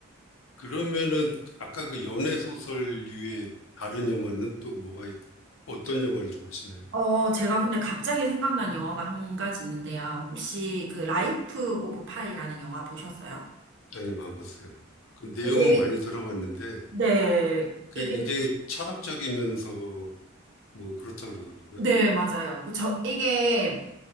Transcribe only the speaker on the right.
어, 제가 근데 갑자기 생각난 영화가 한 가지 있는데요. 혹시 그 라이프 오브 파이라는 영화 보셨어요?
이게
네,
이게,
네, 맞아요. 그, 저, 이게,